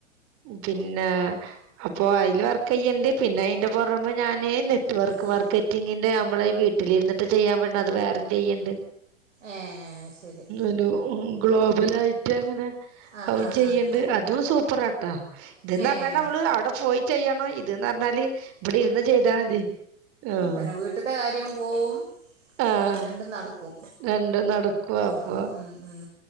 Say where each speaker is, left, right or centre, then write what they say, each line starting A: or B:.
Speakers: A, on the right (about 40°); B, on the right (about 85°).
A: പിന്നാ പ്പയില് അയില് വർക്കെയ്യ്ണ്ണ്ട് പിന്നെ അതിന്റെ പൊറമെ ഞാന് നെറ്റ് വർക്ക്
B: ഉം
A: മാർക്കറ്റിങ്ങിന്റെ ഞമ്മളെ വീ ട്ടിലിര്ന്ന്ട്ട് ചെയ്യാൻ പറ്റ്ണെ അത് വേറെ ചെയ്യ്ണ്ട്
B: ഏഹ് ശരി
A: ഒരു ഉം ഗ്ലോബലായിറ്റ് അങ്ങനെ
B: ആഹ്
A: അതും
B: ആഹ്
A: ചെയ്യ്ണ്ട്
B: ആഹ്
A: അതും സൂപ്പറാട്ട ഇത് ന്നറഞ്ഞാല്
B: ഏഹ്
A: നമ്മള് അവടെ പോയി ചെയ്യണം ഇത് ന്നറഞ്ഞാല് ഇവടെ ഇരുന്ന് ചെയ്താ മതി ആഹ്
B: അതന്നെ വീട്ട്ത്തെ കാര്യവും പോവും
A: ആഹ്
B: രണ്ടും നടക്കും
A: രണ്ടും നടക്കും അപ്പൊ
B: ഉം ഉം ഉം